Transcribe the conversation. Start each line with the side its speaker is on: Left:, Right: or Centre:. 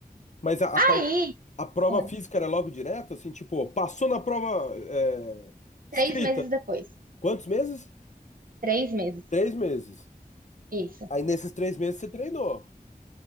Left: Mas a,
Right: Aí,
Left: a parte, a prova
Right: ó,
Left: física era logo direto, assim, tipo, passou na prova é,
Right: três
Left: escrita.
Right: meses depois,
Left: Quantos meses?
Right: três meses,
Left: Três meses.
Right: isso.
Left: Aí nesses três meses você treinou.